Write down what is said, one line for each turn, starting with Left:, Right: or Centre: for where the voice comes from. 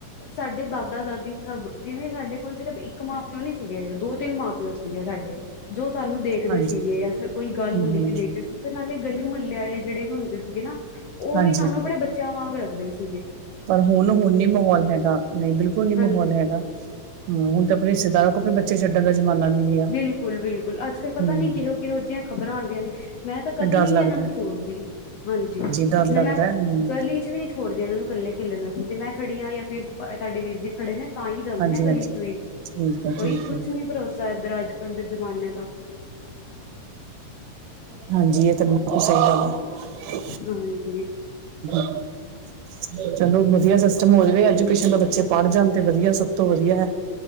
Left: ਸਾਡੇ ਦਾਦਾ-ਦਾਦੀ ਸਬ ਜਿਵੇਂ ਸਾਡੇ ਹੁਣ ਸਿਰਫ ਇੱਕ ਮਾਂ-ਪਿਓ ਨ ਸੀਗੇ ਦੋ- ਤਿੰਨ ਮਾਂ ਸੀਗੇ ਸਾਡੇ, ਜੋ ਸਾਨੂੰ ਦੇਖਦੇ
Right: ਹਾਂਜੀ
Left: ਸੀਗੇ <unintelligible> ਕੋਈ ਗੱਲ
Right: ਹਮ
Left: ਹੁੰਦੀ ਸੀ
Right: ਹਮ
Left: ਦੇਖਦੇ ਸੀਦੇ ਨਾਲੇ। ਗਲੀ ਮਹੱਲੇ ਆਲੇ ਜਿਹੜੇ ਵੀ ਹੁੰਦੇ ਸੀਗੇ ਨਾ ਉਹ
Right: ਹਾਂਜੀ
Left: ਵੀ ਸਾਨੂੰ ਆਪਣੇ ਬੱਚਿਆਂ ਵਾਂਗ ਰੱਖਦੇ ਸੀ।
Right: ਪਰ ਹੁਣ ਹੁਣ ਨੀ ਮਾਹੌਲ ਹੈਗਾ, ਨਈ ਬਿਲਕੁਲ ਨੀ
Left: ਹਾਂਜੀ
Right: ਮਾਹੌਲ ਹੈਗਾ। ਹੁਣ ਤਾਂ ਅਪਣੇ ਰਿਸ਼ਤੇਦਾਰ ਕੋ ਅਪਣੇ ਬੱਚੇ ਛੱਡਣ ਦਾ ਜ਼ਮਾਨਾ ਨੀ ਰਿਹਾ
Left: ਬਿਲਕੁਲ-ਬਿਲਕੁਲ, ਅੱਜ ਕੱਲ ਪਤਾ
Right: ਹਮ
Left: ਨੀ ਕਿਹੋ-ਕਿਹੋ ਜਿਆ ਖ਼ਬਰਾਂ ਆਂਦੀਆਂ ਨੇ, ਮੈਂ ਤਾਂ ਕਦੀ
Right: ਡਰ
Left: ਵੀ ਨੀ
Right: ਲੱਗਦਾ
Left: ਇਹਨਾਂ ਨੂੰ
Right: ਹੈ
Left: ਛੋੜ ਹਾਂਜੀ,
Right: ਡਰ
Left: ਨਾ
Right: ਲੱਗਦਾ
Left: ਮੈਂ ਤਾਂ
Right: ਹੈ ਹਮ
Left: ਗਲੀ ਚ ਵੀ ਨੀ ਛੋੜਦੀ ਇਹਨਾਂ ਨੂੰ ਕੱਲੇ। ਖੇਲਣਾ ਸੀ, ਜੇ ਮੈਂ ਖੜੀ ਆ ਯਾ ਫਿਰ ਤਾਡੇ ਵੀਰ ਜੀ ਖੜੇ ਨੇ ਤਾਂ ਹੀ ਜਾਂਦੇ
Right: ਹਾਂਜੀ
Left: ਨੇ ਗਲੀ
Right: ਹਾਂਜੀ
Left: ਚ ਵੀ,
Right: ਠੀਕ ਹੈ
Left: ਕੋਈ
Right: ਠੀਕ
Left: ਕੁਛ
Right: ਹੈ
Left: ਨੀ ਭਰੋ ਸਾ ਇਧਰ ਅੱਜ ਕੱਲ ਦੇ ਜ਼ਮਾਨੇ ਦਾ ।
Right: ਹਾਂਜੀ ਇਹ ਤਾਂ ਬਿਲਕੁਲ ਸਹੀ
Left: ਹਾਂਜੀ
Right: <unintelligible> ਚਲੋ ਵਦੀਆ ਸਿਸਟਮ ਹੋ ਜਵੇ ਐਜੂਕੇਸ਼ਨ ਤੋਂ ਬੱਚੇ ਪੜ੍ਹ ਜਾਣ ਤੇ ਵਦੀਆ ਸਭ ਤੋਂ ਵਦੀਆ ਹੈ।